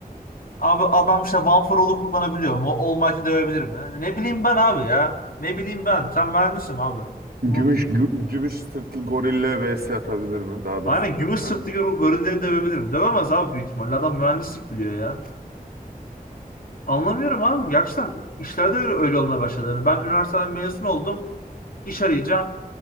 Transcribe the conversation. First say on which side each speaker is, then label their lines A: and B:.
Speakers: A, on the left (about 70°); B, on the right (about 85°).
A: Abi adam işte One for All'u kullanabiliyor mu? All Might'i dövebilir mi? Ne bileyim ben abi ya. Ne bileyim ben. Sen mühendisin abi.
B: Gümüş
A: Bu...
B: gü- gümüş sırtlı gorille vs atabilir mi? Daha da
A: Aynen gümüş sırtlı
B: yani.
A: gor- gorilleri dövebilir mi? Dövemez abi büyük ihtimalle. Adam mühendislik biliyor ya. Anlamıyorum abi. Gerçekten işlerde öyle, öyle olmaya başladı. Yani ben üniversiteden mezun oldum. İş arayacağım.